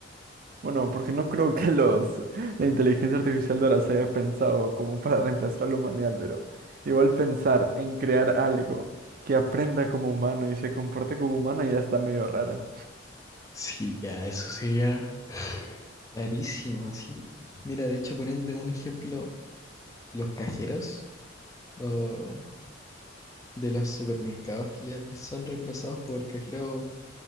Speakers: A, on the right (about 50°); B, on the left (about 15°).
A: Bueno, porque no creo que los <laughs> la inteligencia artificial de ahora se haya pensado como para reemplazar a la humanidad, pero igual pensar en crear algo que aprenda como humano y se comporte como humano ya está medio raro.
B: sí, ya, eso sería rarísimo. Así, mira, de hecho, poniéndote un ejemplo, los cajeros o de los supermercados que ya son reemplazados por cajeros